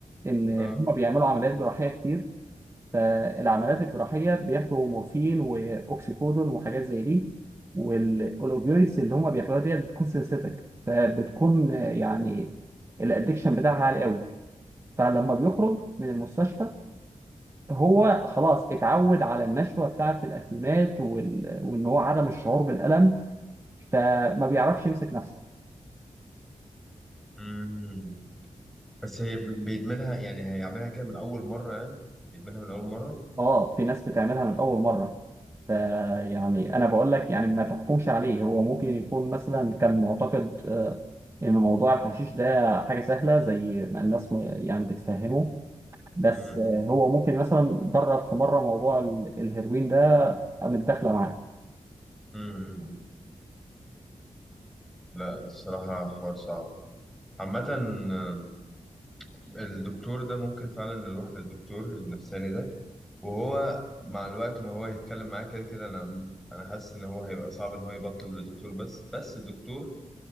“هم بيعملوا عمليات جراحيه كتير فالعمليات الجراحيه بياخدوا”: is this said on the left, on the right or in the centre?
Right